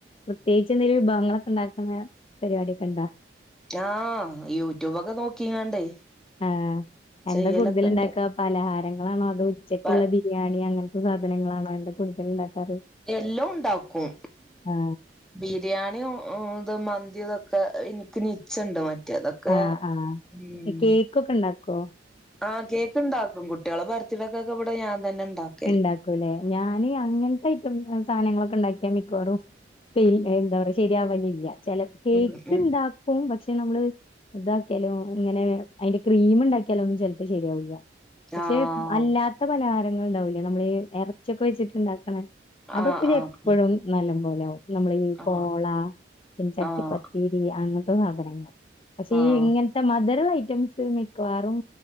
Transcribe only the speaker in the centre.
ആഹ് യൂട്യൂബൊക്കെ നോക്കിങ്ങാണ്ടേ
ചെയ്യലൊക്കെണ്ട്
പ
എല്ലോം ഇണ്ടാക്കും
ബിരിയാണിയും ഇത് മന്തി തൊക്കെ ഇനിക്ക് നിച്ചണ്ട് മറ്റേതൊക്കെ
ഉം
ആഹ് കേക്ക്ണ്ടാക്കും കുട്ടികളെ ബർത്ത്ഡേക്കൊക്കെ ഇവിടെ ഞാൻ തന്നെ ഇണ്ടാക്ക
ഉം ഉം
ആഹ്
ആഹ്
ആഹ്
ആഹ്
ആഹ്
ആഹ്